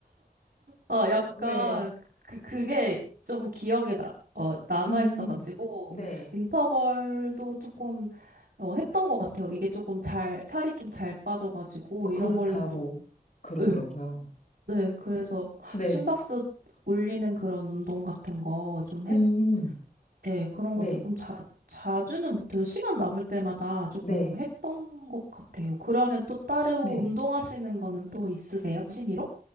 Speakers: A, on the right; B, on the left.
A: 아,
B: 어,
A: 약간
B: 네.
A: 그, 그게 좀 기억에 나, 어, 남아있어가지고,
B: 음, 네.
A: 인터벌도 조금 어, 했던 것 같아요. 이게 조금 잘, 살이 좀 잘 빠져가지고,
B: 어,
A: 이런
B: 그렇다고
A: 걸로 좀,
B: 그러더라고요.
A: 네, 네. 그래서
B: 네.
A: 심박수 올리는 그런 운동 같은 거 좀 했던
B: 음,
A: 예, 그런
B: 네.
A: 거 조금 자, 자주는 못해도 시간 남을 때마다 조금
B: 네.
A: 했던 것 같아요. 그러면 또 따로
B: 네.
A: 운동하시는 거는 또 있으세요? 취미로?